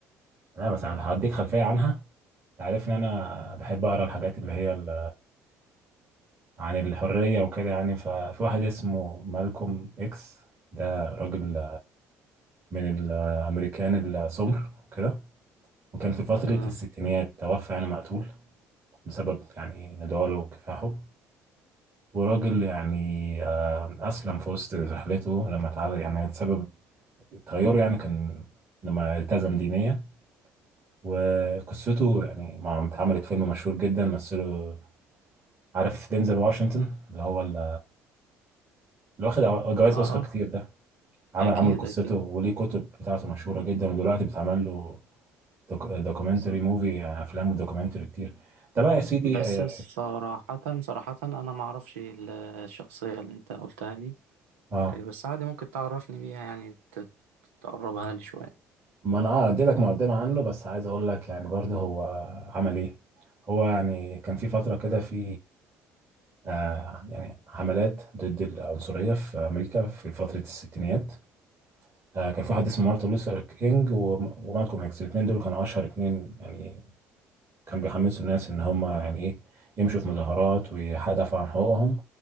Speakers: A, on the right (about 40°); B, on the right (about 85°).
A: تمام بس هديك خلفيه عنها تعرف ان انا بحب اقرا الحاجات اللي هي ال- عن الحريه وكده يعني ففي واحد اسمه مالكوم اكس ده راجل من الامريكان السمر كده وكان في فتره
B: تمام
A: الستينيات توفى يعني مقتول بسبب يعني نضاله وكفاحه وراجل يعني آه، أسلم في وسط رحلته لما اتعرض يعني سبب تغيره يعني كان لما التزم دينيا وقصته يعني مع اتعملت فيلم مشهور جدا مثله عارف دينزل واشنطن اللي هو ال- اللي واخد أو- جوائز
B: أه
A: أوسكار
B: أه
A: كتير ده عمل
B: أكيد
A: عمل قصته
B: أكيد
A: وليه كتب بتاعته مشهورة جدا ودلوقتي بتعمل له دوكيومنتري
B: بالظبط
A: موفي يعني أفلام ودوكيومنتري كتير ده بقى يا سيدي
B: بس
A: اه
B: صراحة صراحة أنا ما أعرفش ال- الشخصية اللي أنت قلتها لي
A: آه.
B: بس عادي ممكن تعرفني بيها يعني ت- تقربها لي شوية
A: ما انا اه اديتك مقدمه عنه بس عايز اقول لك يعني برضه هو عمل ايه هو يعني كان في فتره كده في آه يعني حملات ضد العنصريه في امريكا في فتره الستينيات آه كان في واحد اسمه مارتن لوثر كينج وم- ومالكوم اكس الاثنين دول كانوا اشهر اثنين يعني كانوا بيحمسوا الناس ان هم يعني ايه يمشوا في مظاهرات ويدافعوا عن حقوقهم